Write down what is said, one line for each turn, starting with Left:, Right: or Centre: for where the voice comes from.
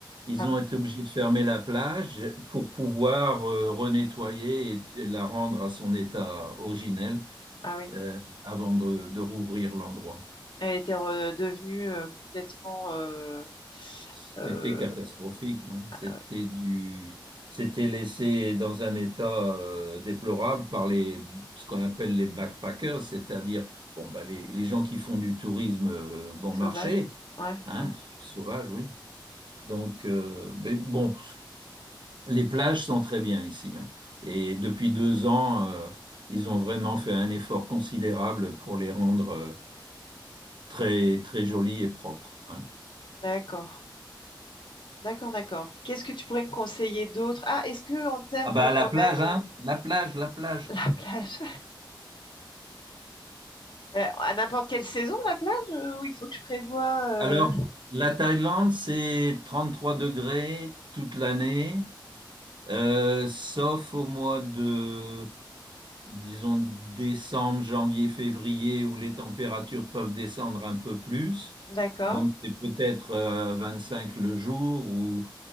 Right: Ils
Left: Ah bon?
Right: ont été obligés de fermer la plage pour pouvoir euh, renettoyer et et la rendre à son état originel
Left: Ah oui.
Right: euh, avant de, de rouvrir l'endroit.
Left: Elle était redevenue euh, complètement euh,
Right: C'était
Left: euh,
Right: catastrophique, hein. C'était
Left: ah ouais,
Right: du, c'était laissé dans un état euh, déplorable par les, ce qu'on appelle les backpackers, c'est-à-dire bon, bah, les, les gens qui font du tourisme euh, bon
Left: sauvage.
Right: marché,
Left: Ouais,
Right: hein,
Left: ouais.
Right: sauvage, oui. Donc, euh, mais bon, les plages sont très bien ici, hein. Et depuis deux ans, euh, ils ont vraiment fait un effort considérable pour les rendre euh, très, très jolies et propres. hein.
Left: D'accord. D'accord, d'accord. Qu'est-ce que tu pourrais me conseiller d'autre? Ah, est-ce que en termes
Right: Ah bah la
Left: quand
Right: plage,
Left: même euh,
Right: hein? La plage, la plage.
Left: <laughs> la plage? Euh, à n'importe quelle saison, la plage, euh, ou il faut que je prévoie euh,
Right: Alors, la Thaïlande, c'est 33 degrés toute l'année, euh, sauf au mois de, disons, décembre, janvier, février, où les températures peuvent descendre un peu plus.
Left: D'accord.
Right: Donc, c'est peut-être euh, cinq le jour, ou